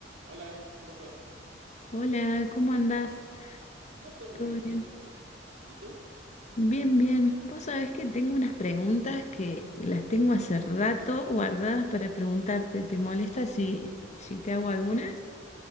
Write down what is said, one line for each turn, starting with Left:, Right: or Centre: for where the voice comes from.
Right: Hola, ¿cómo estás?
Left: Hola, ¿cómo andás?
Right: Yo estoy
Left: ¿Todo
Right: muy
Left: bien?
Right: bien. ¿Y, y tú?
Left: Bien, bien. Vos sabés que tengo unas preguntas que las tengo hace rato guardadas para preguntarte. ¿Te molesta si, si te hago algunas?